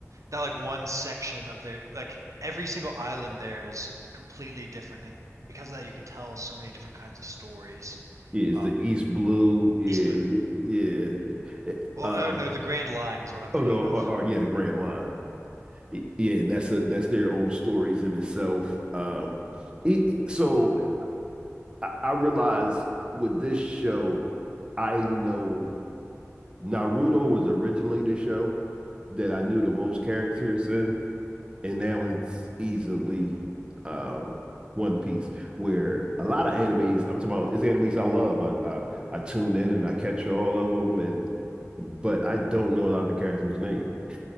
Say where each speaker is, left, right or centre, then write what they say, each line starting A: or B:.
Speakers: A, on the right; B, on the right.
A: that like one section of their like every single island there is completely different, and because of that, you can tell so many different kinds of stories.
B: yeah. It's
A: Uh,
B: the East Blue. Yeah,
A: East Blue.
B: yeah. It-
A: Well,
B: um,
A: oh no, the Grand Line is what I'm thinking
B: oh no,
A: of.
B: or, or yeah, the Grand Line. Y- Yeah, and that's a, that's their own stories in itself. Um, it, it- so I, I realize with this show, I know. Naruto was originally the show that I knew the most characters in, and now it's easily um, One Piece, where a lot of animes, I'm talking about, it's animes I love. I, I I tune in and I catch all of them, and but I don't know a lot of the characters' name. <laughs>